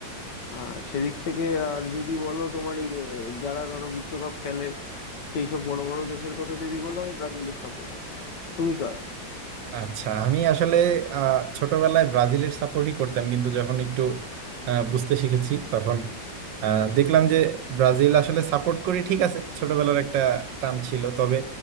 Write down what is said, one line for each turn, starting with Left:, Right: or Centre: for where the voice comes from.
Left: আর সেদিক থেকে আর যদি বলো তোমার এই আহ, যারা ধরো বিশ্বকাপ খেলে সেই সব বড় বড় দেশের কথা যদি বলো আমি ব্রাজিলের সাপোর্টার তুমি কার
Right: আচ্ছা আমি আসলে আহ, ছোটবেলায় ব্রাজিলের সাপোর্টই করতাম কিন্তু যখন একটু আহ, বুঝতে শিখেছি তখন আহ, দেখলাম যে ব্রাজিল আসলে সাপোর্ট করি ঠিক আছে ছোটবেলার একটা টান ছিল তবে